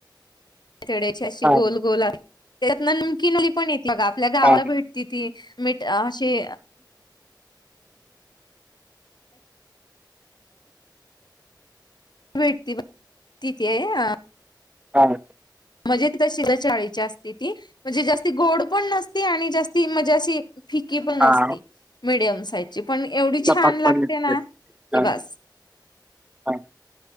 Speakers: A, on the left; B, on the right.
A: तिड्याची अशी
B: हा.
A: गोल -गोल. त्याच्यातन नमकीनली पण येत बघा. आपल्या गावाला
B: हा
A: भेट.. ति. ति... मिठ.. अशी.. भेटती बाय... तिथे... ह..
B: <unintelligible>
A: मजी कशीला चाळीची असती ती म्हणजे जास्ती गोड पण नसती आणि जास्ती म्हणजे अशी... फिकी पण
B: हा
A: असती. Medium size. पण एवढी
B: सपाट
A: छान लागते..
B: पडलेत
A: ना..
B: ते.
A: की
B: हा.
A: बास..
B: हा